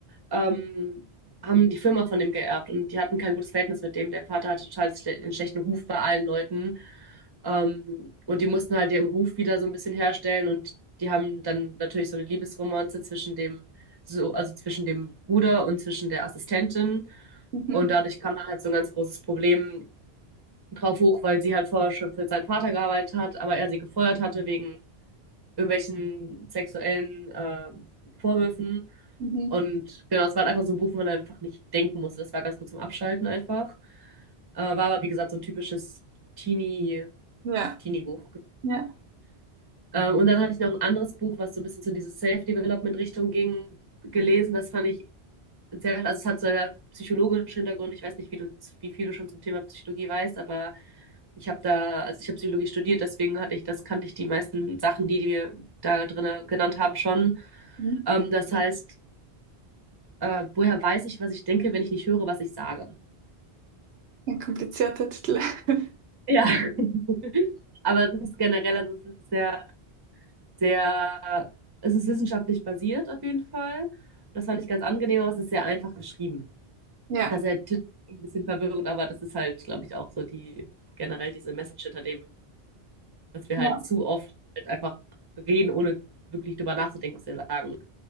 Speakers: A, on the right; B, on the right.
A: ähm, haben die Firma von dem geerbt und die hatten kein gutes Verhältnis mit dem. Der Vater hatte total schle einen schlechten Ruf bei allen Leuten. Ähm, und die mussten halt ihren Ruf wieder so ein bisschen herstellen und die haben dann natürlich so eine Liebesromanze zwischen dem, so, also zwischen dem Bruder und zwischen der Assistentin.
B: Mhm.
A: Und dadurch kam dann halt so ein ganz großes Problem drauf hoch, weil sie halt vorher schon für seinen Vater gearbeitet hat, aber er sie gefeuert hatte wegen irgendwelchen sexuellen äh, Vorwürfen.
B: Mhm.
A: Und genau, es war halt einfach so ein Buch, wo man einfach nicht denken musste. Das war ganz gut zum Abschalten einfach. Äh, war aber, wie gesagt, so ein typisches Teenie,
B: Ja,
A: Teenie-Buch.
B: ja.
A: Ähm, und dann hatte ich noch ein anderes Buch, was so ein bisschen zu diese Self-Development-Richtung ging, gelesen. Das fand ich sehr, also es hat so einen psychologischen Hintergrund. Ich weiß nicht, wie du, wie viel du schon zum Thema Psychologie weißt, aber ich habe da, also ich habe Psychologie studiert, deswegen hatte ich, das kannte ich die meisten Sachen, die wir da drin genannt haben, schon.
B: Mhm.
A: Ähm, das heißt, äh, woher weiß ich, was ich denke, wenn ich nicht höre, was ich sage?
B: Ein komplizierter Titel. <laughs>
A: Ja. <laughs> Aber es ist generell, also es ist sehr, sehr, es ist wissenschaftlich basiert auf jeden Fall. Das fand ich ganz angenehm, aber es ist sehr einfach geschrieben.
B: Ja,
A: Also der Titel ist ein bisschen verwirrend, aber das ist halt, glaube ich, auch so die generell diese Message hinter dem, dass wir
B: ja.
A: halt zu oft halt einfach reden, ohne wirklich drüber nachzudenken, was wir sagen.